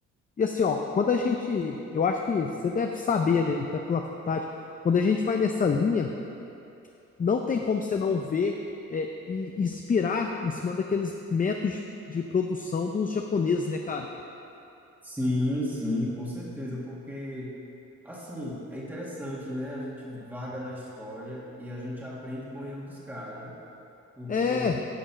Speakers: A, on the left (about 25°); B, in the centre.
A: E assim, ó, quando a gente, eu acho que você deve saber, né, até pela faculdade, quando a gente vai nessa linha, não tem como você não ver é, e inspirar em cima daqueles métodos de produção dos japoneses, né, cara?
B: Sim, sim, com certeza, porque assim, é interessante, né? A gente vaga na história e a gente aprende com o erro dos caras, né? Porque
A: É,